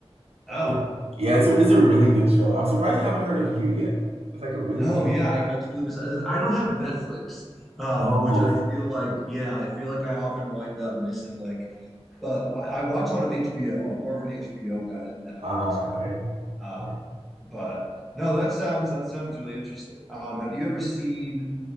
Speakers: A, in the centre; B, on the right.
A: Oh,
B: It, yeah, it's a it's a really good show. I'm surprised you haven't heard of you yet. It's like a really
A: No,
B: big
A: yeah,
B: show.
A: I, I totally miss it. I don't have Netflix, um,
B: Oh,
A: which I
B: okay.
A: feel like, yeah, I feel like I often wind up missing like, uh, I, I watch a lot of HBO. I'm more of an HBO guy than a
B: Ah,
A: Netflix guy.
B: okay.
A: Um,
B: Okay.
A: but no, that sounds that sounds really interesting. Um, have you ever seen?